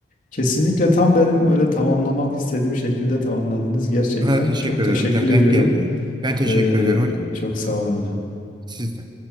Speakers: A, on the left; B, on the right.
A: Kesinlikle tam benim öyle tamamlamak istediğim şekilde tamamladınız. Gerçekten
B: Ha, teşekkür
A: çok teşekkür
B: ederim hocam.
A: ediyorum.
B: Denk geldi. Ben teşekkür
A: Ee,
B: ederim hocam.
A: çok sağ olun hocam.
B: Siz de.